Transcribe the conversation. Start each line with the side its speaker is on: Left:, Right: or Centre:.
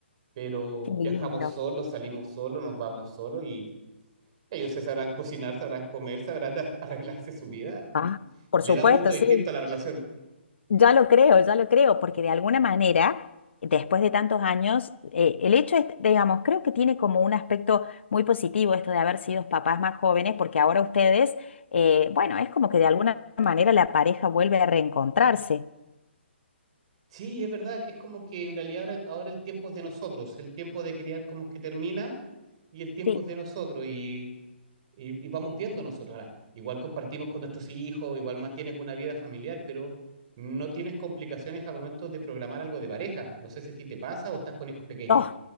Right: pero
Left: qué lindo.
Right: viajamos solos, salimos solos, nos vamos solos y ellos se sabrán cocinar, sabrán comer, sabrán <laughs> a- arreglarse su vida y
Left: Ah, por
Right: le
Left: supuesto,
Right: da un gusto distinto
Left: sí.
Right: a la relación.
Left: Ya lo creo, ya lo creo, porque de alguna manera, después de tantos años, eh, el hecho es, digamos, creo que tiene como un aspecto muy positivo esto de haber sido papás más jóvenes, porque ahora ustedes, eh, bueno, es como que de alguna manera la pareja vuelve a reencontrarse.
Right: Sí, es verdad, es como que en realidad ahora, ahora el tiempo es de nosotros, el tiempo de criar como que termina y el tiempo
Left: Sí,
Right: es de nosotros y y, y vamos viendo nosotros. Ahora, igual compartimos con nuestros hijos, igual mantienes una vida familiar, pero no tienes complicaciones al momento de programar algo de pareja. No sé si a ti te pasa o estás con hijos pequeños.
Left: Oh,